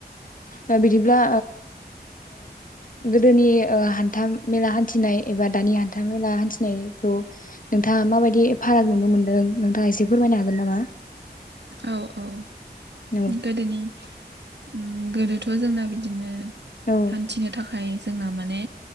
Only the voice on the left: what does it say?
औ बिदिब्ला गोदोनि हान्था मेला हान्थिनाय एबा दानि हान्था मेला हान्थिनायखौ नोंथाङा माबायदि फाराग नुनो मोनदों नोंथाङा एसे फोरमाय नो हागोन नामा?
औ
औ